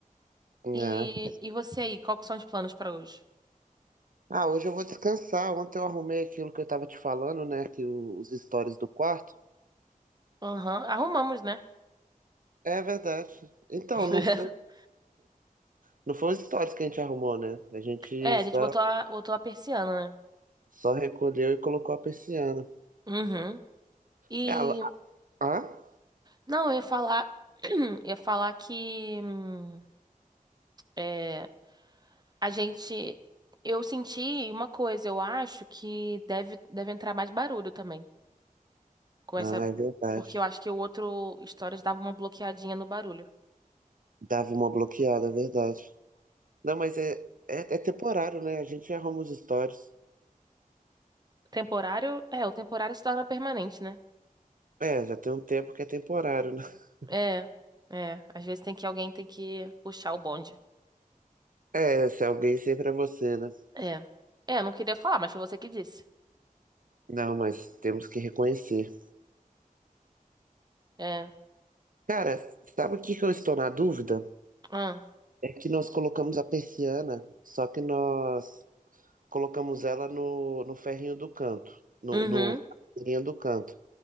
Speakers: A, on the right; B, on the right.
A: É.
B: E, e você aí, qual que são os planos pra hoje?
A: Ah, hoje eu vou descansar. Ontem eu arrumei aquilo que eu tava te falando, né? Que o- os stories do quarto.
B: Aham, arrumamos, né?
A: É verdade. Então,
B: <laughs>
A: não foi, não foi os stories que a gente arrumou, né? A gente
B: É, a
A: só,
B: gente botou a, botou a persiana, né?
A: só recolheu e colocou a persiana.
B: Uhum. E,
A: Ela, hã?
B: não, eu ia falar, <clears throat> eu ia falar que. hum, É, a gente. Eu senti uma coisa, eu acho que deve, deve entrar mais barulho também. Com essa.
A: Ah, é verdade.
B: Porque eu acho que o outro Stories dava uma bloqueadinha no barulho.
A: Dava uma bloqueada, é verdade. Não, mas é, é, é temporário, né? A gente arruma os stories.
B: Temporário. É, o temporário se torna permanente, né?
A: É, já tem um tempo que é temporário, né? <laughs>
B: É. É. Às vezes tem que alguém tem que puxar o bonde.
A: É, se alguém sempre é você, né?
B: É. É, eu não queria falar, mas foi você que disse.
A: Não, mas temos que reconhecer.
B: É.
A: Cara, sabe o que que eu estou na dúvida?
B: Ah.
A: É que nós colocamos a persiana, só que nós colocamos ela no, no ferrinho do canto, no,
B: Uhum.
A: no na linha do canto.